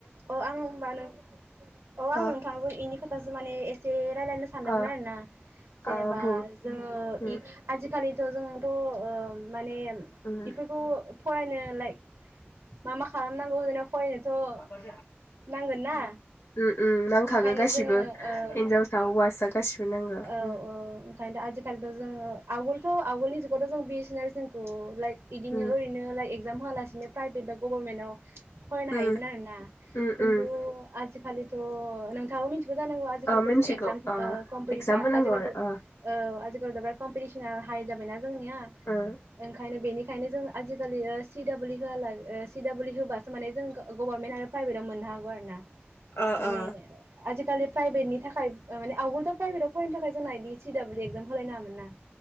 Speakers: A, on the right (about 80°); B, on the left (about 85°).
A: अ आं ओमबा नों औ आं
B: अ
A: नोंथांजों इनि खोथासो माने एसे रायलायनो सानदोंमोन
B: अ
A: आरो ना जेनेबा
B: अ बुं
A: जोङो
B: उम
A: इ आजिखालि ओ जोंथ' ओम माने
B: उम
A: इफोरखौ फरायनो लाइक मा मा खालामनांगौ जेन' फरायनोथ'
B: उम
A: नांगोन ना
B: उम उम नांखागो
A: ओंखायनो
B: गासिबो
A: जोङो ओ
B: हिनजावसा हौवासा गासिबो नांगौ
A: औ
B: उम
A: औ ओंखायनोथ' आजिखालिथ' जोङो आवगोलथ' आवगोलनि जुगावथ' जों बिजिनेस जोंखौ लाइक बिदिनो
B: उम
A: ओरैनो लाइ एक एगजाम होआलासिनो प्राइभेट बा गभर्नमेन्टवा फरायनो
B: उम
A: हायोमोन आरोना
B: उम
A: खिन्थु
B: उम
A: आ जिखालिथ' नों थांआबो मिन्थिगो जानांगौ आजिकालिथ'
B: ओ मिथिगौ
A: जों एक्जाम ओ दा
B: एगजाम होनांगौ
A: आजिखालिथ'
B: आरो
A: ओ आजिखालिथ' बेराद कमपिटिसना हाय जाबायना जोंनिया
B: ओ
A: ओंखायनो बेनिखायनो जों आजिखालि ओ सि डाब्लि होआला सि डाब्लि होबासो माने जों गभारनमेन्ट आरो प्राइभेटाव मोननो हागौ आरो ना।
B: ओ
A: माने
B: ओ
A: आजि खालि प्राइभेटनि थाखाय माने आउगोलथ' प्राइभेटआव फरायनो थाखाय जोंना इदि सि डाब्लिउ एक्जाम होलायनाङामोन ना